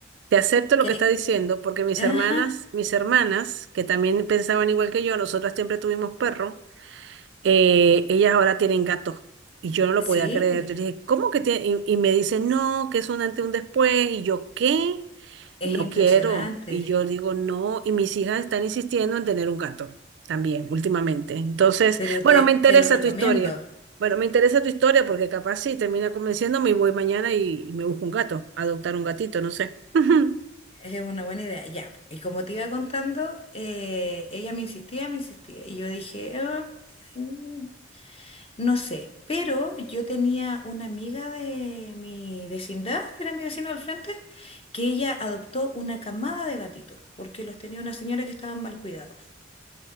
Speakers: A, on the right (about 65°); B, on the left (about 30°).
A: Te acepto lo
B: Que
A: que
B: hay...
A: está diciendo porque mis
B: Ajá,
A: hermanas, mis hermanas, que también pensaban igual que yo, nosotras siempre tuvimos perro, eh, ellas ahora tienen gatos. Y yo no lo
B: sí,
A: podía creer. Yo dije, ¿cómo que tiene? Y, y me dicen, no, que es un antes y un después. Y yo, ¿qué?
B: es
A: No
B: impresionante,
A: quiero. Y yo digo, no. Y mis hijas están insistiendo en tener un gato también últimamente. Entonces,
B: pero
A: bueno,
B: te,
A: me interesa
B: te lo recomiendo.
A: tu historia. Bueno, me interesa tu historia porque capaz sí termina convenciéndome y voy mañana y, y me busco un gato, adoptar un gatito, no sé. <laughs>
B: Es una buena idea. Ya, y como te iba contando, eh, ella me insistía, me insistía, y yo dije, "Ah, mm, No sé, pero yo tenía una amiga de mi vecindad, era mi vecina al frente, que ella adoptó una camada de gatitos, porque los tenía una señora que estaban mal cuidados.